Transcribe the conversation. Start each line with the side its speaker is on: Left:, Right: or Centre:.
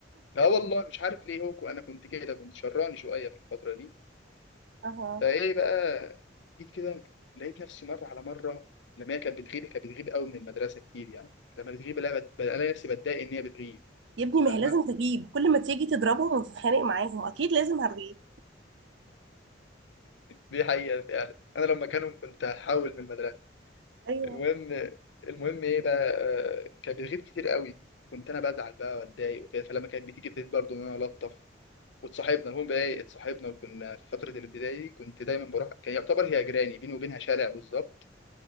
Left: لا والله مش عارف ليه هو انا كنت كده كنت شراني شويه في الفتره دي
Right: اها
Left: فايه بقى جيت كده لقيت نفسي مره على مره لما هي كانت بتغيب كانت بتغيب قوي من المدرسه كتير يعني لما بتغيب الاقي بت- الاقي نفسي بتضايق ان هي بتغيب
Right: يا ابني ما
Left: فاهمه
Right: هي لازم تغيب كل ما تيجي تضربهم وتتخانق معاهم اكيد لازم هتغيب
Left: دي حقيقه فعلا انا لما كانوا كنت هحول من المدرسه
Right: ايوه
Left: المهم المهم ايه بقى آه، كانت بتغيب كتير قوي كنت انا بزعل بقى واتضايق وكده فلما كانت بتيجي ابتديت برضه ان انا الطف واتصاحبنا المهم بقى ايه اتصاحبنا وكنا في فتره الابتدائي دي كنت دايما بروح كان يعتبر هي جيراني بيني وبينها شارع بالظبط